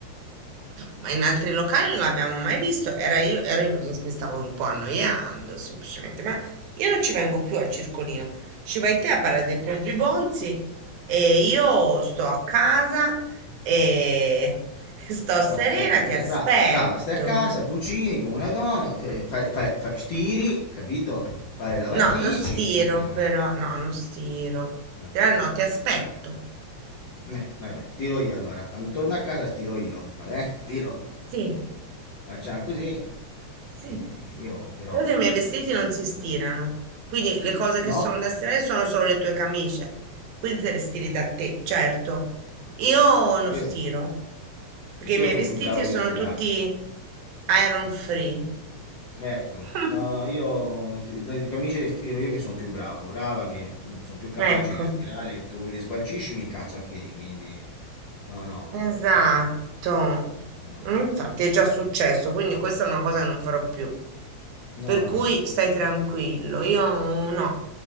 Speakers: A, on the right; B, on the left.
A: Ma in altri locali non l'abbiamo mai visto. Era io, ero in- mi mi stavo un po' annoiando semplicemente, ma io non ci vengo più al circolino. Ci vai te a Parla dei Pogibonzi e io sto a casa e <laughs> sto serena,
B: Oh, ok,
A: ti
B: te-
A: aspetto.
B: bra- brava, stai a casa, cucini come una donna, fai, fai, fai- fai- stiri, capito? Fai le lavatrici,
A: No, non stiro
B: io capito,
A: però,
B: no, no,
A: no, non stiro.
B: no.
A: Eh, no, ti aspetto.
B: Eh, vabbè, stiro io allora, quando torno a casa stiro io, vabbè, <laughs> stiro,
A: Sì.
B: facciamo così,
A: Sì.
B: Eh, io però,
A: Tra l'altro i miei vestiti non si stirano, quindi le cose che
B: no,
A: sono da stirare sono solo le tue camicie, quindi te le stiri da te, certo. Io non
B: quello,
A: stiro, perché
B: Che quello
A: i miei
B: sono
A: vestiti
B: più bravo io
A: sono
B: a stirare,
A: tutti iron free.
B: Ecco,
A: <laughs>
B: no, no, io sti- le camicie le stiro io che sono più bravo, brava, che sono più capace
A: Ecco.
B: io a stirare, tu me le sgualcisci mi incazzo anche lì, quindi no, no,
A: Esatto,
B: eh, no, no,
A: infatti
B: mm,
A: è già successo, quindi questa è una cosa che non farò più.
B: no,
A: Per cui
B: no, no,
A: stai tranquillo, io no,